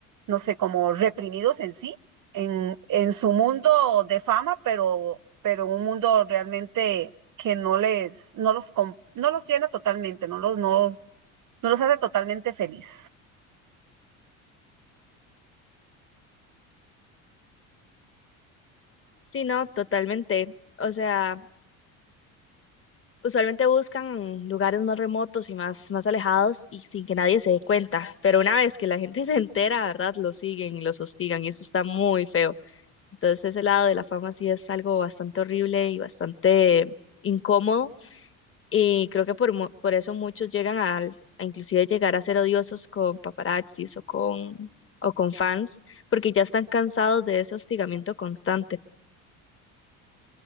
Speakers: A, on the right; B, on the left.
A: no sé, como reprimidos en sí, en, en su mundo de fama, pero, pero un mundo realmente que no les, no los, com- no los llena totalmente, no los, no, no los hace totalmente feliz.
B: Sí, no, totalmente. O sea... Usualmente buscan lugares más remotos y más, más alejados y sin que nadie se dé cuenta, pero una vez que la gente <laughs> se entera, ¿verdad? Los siguen y los hostigan y eso está muy feo. Entonces ese lado de la fama sí es algo bastante horrible y bastante incómodo y creo que por, mu- por eso muchos llegan al, a inclusive llegar a ser odiosos con paparazzis o con, o con fans, porque ya están cansados de ese hostigamiento constante.